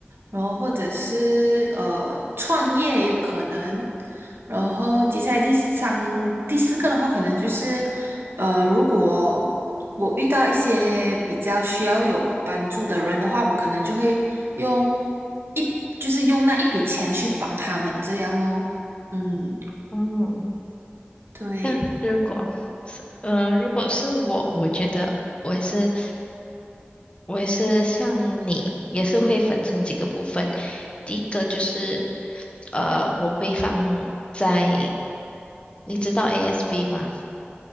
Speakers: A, on the right; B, on the left.
A: 然后或者是呃创业也有可能，然后接下来第三、第四个的话，可能就是呃，如果我遇到一些比较需要有帮助的人的话，我可能就会用一就是用那一笔钱去帮他们这样哦，嗯，
B: 嗯，
A: 对，
B: 那如果是呃，如果是我，我觉得我也是，我也是像你，也是会分成几个部分。第一个就是，呃，我会放在，你知道 ASB 吗？